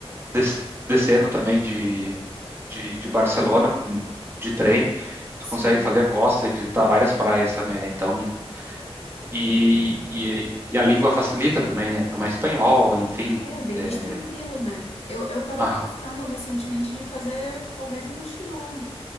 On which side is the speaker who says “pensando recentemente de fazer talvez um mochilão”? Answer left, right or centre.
Left